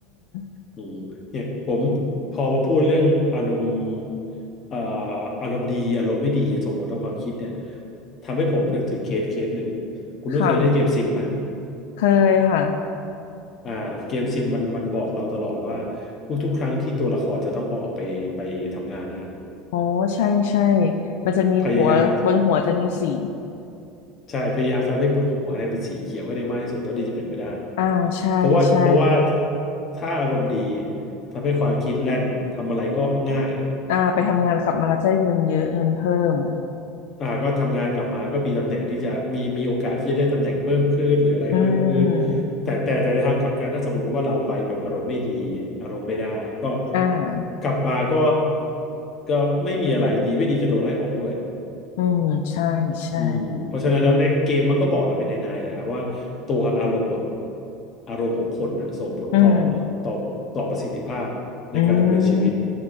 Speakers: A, on the left; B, on the left.
A: ม
B: อืมเนี่ยผมพอมาพูดเรื่องอารมณ์เอ่ออารมณ์ดีอารมณ์ไม่ดีส่งผลต่อความคิดเนี่ยทำให้ผมนึกถึงเคสเคสหนึ่งคุณนุ้ยเคยเล่นเกมซิมไหม
A: ค่ะเคยค่ะ
B: อ่าเกมซิมมันมันบอกเราตลอดว่าทุกๆครั้งที่ตัวละครจะต้องออกไปไปทำงานนะฮะ
A: อ๋อใช่ใช่มันจะมีหัวบนหัวจะมีสี
B: พยายามใช่พยายามทำให้บนหัวเนี่ยเป็นสีเขียวให้ได้มากที่สุดเท่าที่จะเป็นไปได้
A: อ่าใช่ใช่
B: เพราะว่าเพราะว่าถ้าอารมณ์ดีทำให้ความคิดแล่นทำอะไรก็ง่าย
A: อ่าไปทำงานกลับมาแล้วจะได้เงินเยอะเงินเพิ่ม
B: อ่าก็ทำงานกลับมาก็มีตำแหน่งที่จะมีมีโอกาสที่จะได้ตำแหน่งเพิ่มขึ้นหรืออะไรเพิ่มขึ้น
A: อืม
B: แต่แต่แต่ในทางกลับกันถ้าสมมติว่าเราไปแบบอารมณ์ไม่ดีอารมณ์ไม่ได้ก็
A: อ่า
B: กลับมาก็ก็ไม่มีอะไรดีไม่ดีจะโดนไล่ออกด้วย
A: อืมใช่ใช่
B: อืมเพราะฉะนั้นแล้วในเกมมันก็บอกเราเป็นในในเลยฮะว่าตัวอารมณ์อะอารมณ์ของคนอะส่งผลต่อ
A: อืม
B: ต่อต่อประสิทธิภาพในการดำเนินชีวิต
A: อืม